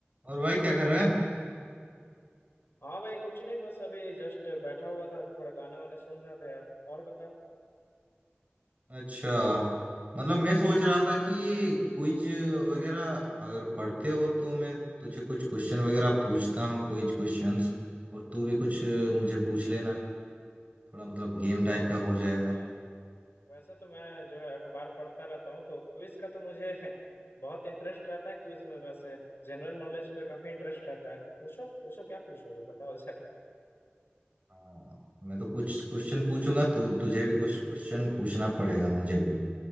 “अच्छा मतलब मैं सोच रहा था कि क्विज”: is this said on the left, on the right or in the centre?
Right